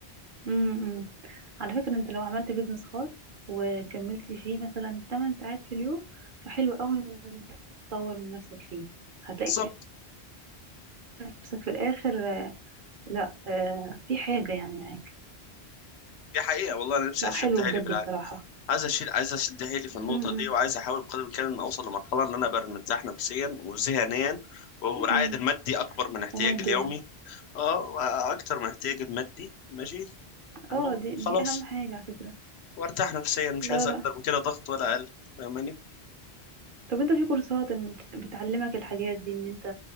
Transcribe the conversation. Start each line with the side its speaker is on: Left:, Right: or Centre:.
Right: امم امم. على فكرة انت لو عملت بيزنس خاص وكملت فيه مثلا 8 ساعات في اليوم فحلو قوي ان انت تطور من نفسك فيه هتلاقي
Left: بالظبط
Right: نفسك في الاخر آه، لا آه، في حاجة يعني معاك
Left: دي حقيقه والله انا نفسي
Right: لا
Left: اشد
Right: حلو
Left: حيلي
Right: بجد
Left: في العالم
Right: بصراحة
Left: عايز اشيل عايز اشد حيلي في النقطه
Right: امم امم
Left: دي وعايز احاول بقدر الامكان ان اوصل لمرحله ان انا ابقى مرتاح نفسيا وذهنيا والعائد
Right: امم.
Left: المادي اكبر من احتياجي
Right: وماديا
Left: اليومي اه اكتر من احتياجي المادي ماشي تمام
Right: اه دي
Left: خلاص
Right: دي اهم حاجة على فكرة
Left: وارتاح نفسيا مش
Right: لا
Left: عايز
Right: لا
Left: اكتر من كده ضغط ولا اقل فاهماني
Right: طب انت في كورسات ان- بتعلمك الحاجات دي ان انت